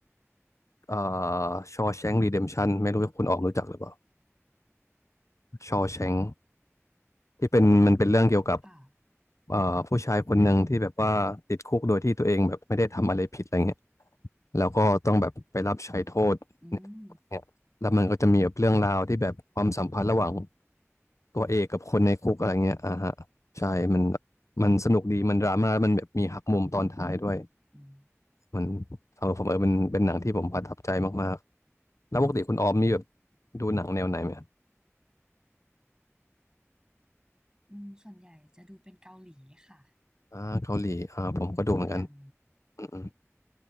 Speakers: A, on the left; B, on the right.
A: เอ่อชอแชง r e รีเดมชันไม่รู้ว่าคุณออกรู้จักหรือเปล่าชอแชงที่เป็นมันเป็นเรื่องเกี่ยวกับ
B: ค่ะ
A: เอ่อผู้ชายคนหนึ่งที่แบบว่าติดคุกโดยที่ตัวเองแบบไม่ได้ทำอะไรผิดอะไรเงี้ยแล้วก็ต้องแบบไปรับใช้โทษ
B: อืม
A: เนี่ยแล้วมันก็จะมีแบบเรื่องราวที่แบบความสัมพันธ์ระหว่างตัวเอกกับคนในคุกอะไรเงี้ยอ่าฮะใช่มันมันสนุกดีมันดราม่าแล้วมันแบบมีหักมุมตอนท้ายด้วย
B: อืม
A: มันสำหรับผมเออเป็นเป็นหนังที่ผมประทับใจมากๆแล้วปกติคุณออมมีแบบดูหนังแนวไหนไหม
B: อืมส่วนใหญ่จะดูเป็นเกาหลีค่ะ
A: อ่าเกาหลีอ่าผมก็ดูเหมือนกัน
B: อย่าง
A: อืม